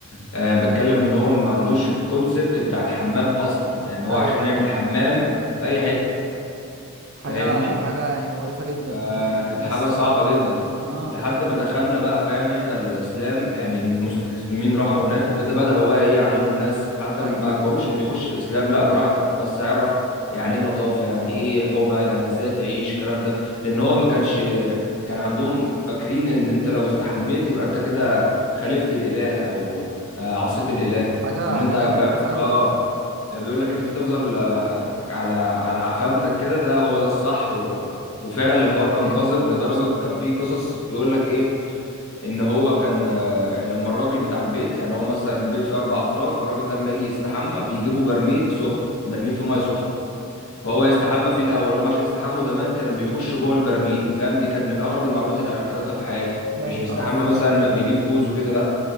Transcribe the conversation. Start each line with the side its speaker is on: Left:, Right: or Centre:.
Left: أه بتكلم ان هو ما عندوش الكونسبت بتاع الحمام اصلا يعني هو
Right: ايوه
Left: عشان
Right: ايوه
Left: يعمل حمام في اي حته
Right: حاجة
Left: فاهمني
Right: حاجة يعني مقرفة جدا
Left: فكانت
Right: يعني ناس
Left: حاجة صعبة
Right: صعبة أوي
Left: جدا
Right: اه
Left: لحد ما دخلنا بقى فاهم احنا الاسلام يعني المس- المسلمين راحوا هناك وكده بدأوا بقى ايه يعلموا الناس حتى
Right: أيوة
Left: ما اجبروش ان يخش الاسلام لا براحتك بس اعرف يعني ايه نظافة يعني ايه حمى يعني ازاي تعيش الكلام ده لان هو ما كانش كان عندهم فاكرين ان انت لو استحميت يبقى انت كده خالفت الاله او آه، عصيت الاله
Right: حاجة
Left: ان انت
Right: حاجة
Left: فاهم
Right: مقرفة أوي
Left: اه
Right: يعني
Left: يعني بيقول لك ان انت تفضل آه، على على عفانتك كده ده هو ده الصح و... وفعلا الحوار
Right: حاجة
Left: كان
Right: تقرف
Left: قذر
Right: والله
Left: لدرجه
Right: يا صاحبي
Left: كان في قصص يقول لك ايه ان هو كان آه، لما الراجل بتاع البيت يعني هو مثلا بيت فيه اربع افراد فالراجل ده لما يجي يستحمى بيجيبوا برميل سخن برميل فيه ميه سخنه فهو يستحمى فيه الاول هم عشان يستحموا زمان كانوا بيخشوا جوه البرميل فاهم دي كانت من اغرب المعلومات اللي قريتها في حياتي
Right: يا
Left: مش
Right: دي
Left: بيستحمى
Right: القرف
Left: مثلا يجيب كوز وكده لا